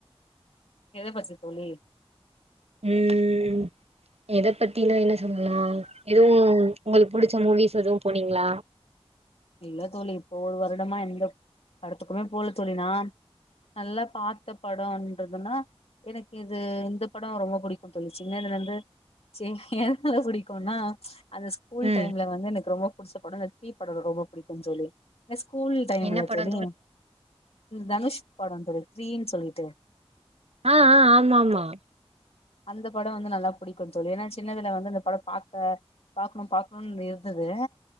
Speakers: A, on the left; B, on the right.
A: எத பத்தி தோழி
B: ம் எத பத்தினா என்ன சொல்லல எதுவு உங்களுக் புடிச்ச மூவிஸ் எதுவு போனீங்ளா
A: இல்ல தோழி இப்போ ஒரு வருடமா எந்த படத்துக்குமே போல தோழி நா நல்லா பத்த படோன்றதுனா எனக்கு இது இந்த படோ ரொம்ப புடிக்கு தோழி சின்னதுலெந்து சே எந்தளவ்க் புடிக்குனா அந்த ஸ்கூல்
B: ம்
A: டைம்ல வந்து எனக்கு ரொம்ப புடிச்ச படோ இந்த ‌‍‍‌த்ரீ படோ ரொம்ப புடிக்குந்‍‌‌‍‍ தோழி என ஸ்கூல் டைமுல
B: என்ன படோ
A: தோழி தனுஷ் படோ தோழி த்ரீன் சொல்லிட்டு
B: ஆ ஆ ஆமா ஆமா
A: அந்த படோ வந்து நல்லா புடிக்கு தோழி ஏனா சின்னதுல வந்து அந்த பட பாக்க பாக்குணு பாக்குணுன் இருந்தது